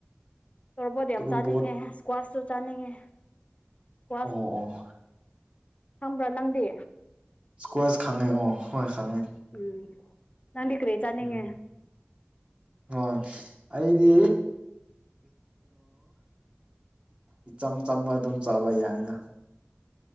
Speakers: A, on the left (about 30°); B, on the right (about 30°).
A: ꯇꯣꯔꯄꯣꯠ ꯌꯥꯝ
B: ꯇꯣꯔꯕꯣꯠ
A: ꯆꯥꯅꯤꯡꯉꯦ ꯏꯁꯀ꯭ꯋꯥꯁꯁꯨ ꯆꯥꯅꯤꯡꯉꯦ ꯏꯁꯀ꯭ꯋꯥꯁ
B: ꯑꯣ ꯑꯣ
A: ꯈꯪꯕ꯭ꯔꯥ ꯅꯪꯗꯤ
B: ꯏꯁꯀ꯭ꯋꯥꯁ ꯈꯪꯉꯦꯀꯣ ꯍꯣꯏ ꯈꯪꯉꯦ
A: ꯎꯝ ꯅꯪꯗꯤ ꯀꯔꯤ ꯆꯥꯅꯤꯡꯉꯦ
B: ꯎꯝ ꯍꯣꯏ ꯑꯩꯗꯤ ꯏꯆꯝ ꯆꯝꯕ ꯑꯗꯨꯝ ꯆꯥꯕ ꯌꯥꯏ ꯍꯥꯏꯅ